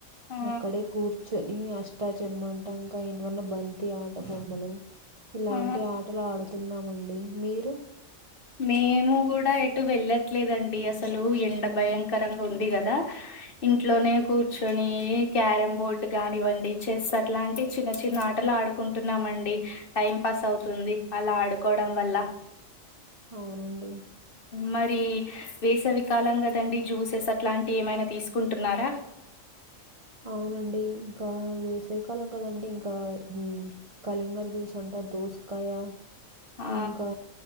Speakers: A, on the left (about 45°); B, on the right (about 50°).
A: ఆ
B: అక్కడే కూర్చొని అష్టా చెమ్మా అంటా ఇంకా ఎంటివన్నా బంత్ ఆట బొమ్మలు ఇలాంటి
A: ఆ
B: ఆటలు ఆడుతున్నామండి మీరు
A: మేము కూడా ఎటు వెళ్ళట్లేదండి అసలు ఎండ భయంకరంగా ఉంది కదా ఇంట్లోనే కూర్చొనీ క్యారం బోర్డ్ కానివ్వండి చెస్ అట్లాంటి చిన్న చిన్న ఆటలు ఆడు ఆడుకుంటున్నామండి టైం పాస్ అవుతుంది అలా ఆడుకోవడం వల్ల
B: అవునండి
A: మరి వేసవికాలం కదండి జ్యూసెస్ అట్లాంటివి ఏమైనా తీసుకుంటున్నారా
B: అవునండీ ఇంకా వేసవి కాలం కదండి ఇంకా మేము కలింగర జ్యూస్ అంటా దోసకాయ
A: ఆ
B: ఇంకా